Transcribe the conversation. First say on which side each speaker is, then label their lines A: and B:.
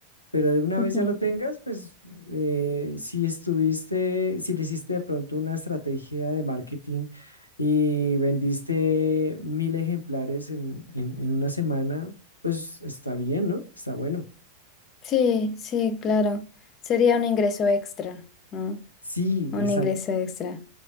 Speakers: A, on the left (about 80°); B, on the left (about 30°).
A: pero de una
B: Ujú.
A: vez ya lo tengas, pues eh, si estuviste, si le hiciste de pronto una estrategia de marketing y vendiste mil ejemplares en, en, en una semana, pues está bien, ¿no? Está bueno.
B: Sí, sí, claro. Sería un ingreso extra, ¿no?
A: Sí,
B: Un
A: exacto.
B: ingreso extra.